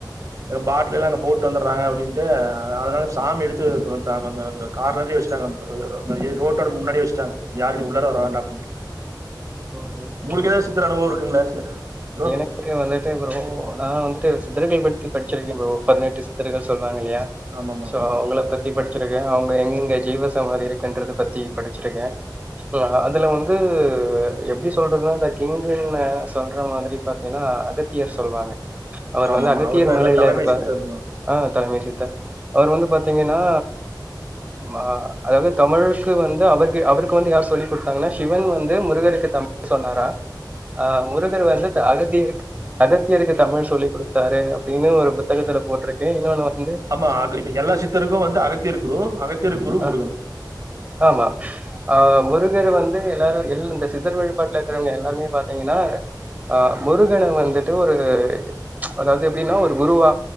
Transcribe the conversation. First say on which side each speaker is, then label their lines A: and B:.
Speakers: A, on the right (about 50°); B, on the right (about 20°).
A: இவ்ங் பாட்லல்லா அங்க போட்டு வந்தர்றாங்க அப்டின்ட்டு அதனால சாமி எடுத்து பு பெ அந்த அந்த கார்னரயே வச்ட்டாங்க ப் ரோட்டோட முன்னாடியே வச்சட்டாங்க யாருமே உள்ளேற வர வேண்டா அப்டின்டு
B: ம் ஓகே
A: உங்களுக்கு ஏதாது சித்தர் அனுபவ இருக்குங்ளா <unintelligible> ப்ரோ
B: இக்கு வந்துட்டு ப்ரோ நா வந்துட்டு சித்தர்கள் பத்தி படிச்சிருக்கே ப்ரோ பதினெட்டு சித்தர்கள் சொல்லுவாங்க இல்லையா
A: ஆமாமா
B: சோ அவுங்கள பத் தி படிச்சிருக்கே அவுங்க எங்கெங்க ஜீவசமாதி இருக்குன்றத பத்தி படிச்சிருக்கே லா அதுல வந்து எப்படி சொல்றதுன்னா த கிங்குன்னா சொல்ற மாதிரி பாத்தீங்கன்னா அகத்தியர் சொல்வாங்க அவர்
A: ஆமாமா
B: வந்து அகத்தியர்
A: அவர் தா
B: மலைல
A: எல்லா தலைமை
B: இருப்பாரு
A: சித்தர்மா
B: ஆதலைமை சித்தர் அவரு வந்து பாத்தீங்கன்னா மா அதாவது தமிழுக்கு வந்து அவருக்கு அவருக்கு வந்து யார் சொல்லி் குடுத்தாங்னா சிவன் வந்து முருகருக்கு த <inaudible> சொன்னாரா ஆ முருகர் வந்து அகத்தியருக் அகத்தியருக்கு தமிழ் சொல்லிக் குடுத்தாரு அப்டின்னு ஒரு புத்தகத்துல போட்ருக்கு இன்னொன்னு வந்து
A: ஆமா அக இப்ப எல்லா சித்தருக்கு வந்து அகத்தியர் குரு அகத்தியர்க்கு குரு முருகன்
B: அ ஆமா ஆ முருகர் வந்து எல்லாரு எல் இந்த சித் தர் வழிபாட்ல இருக்றவங்க எல்லாருமே பாத்தீங்கன்னா ஆ முருகன வந்துட்டு ஒரு அதாவது எப்டின்னா ஒரு குருவா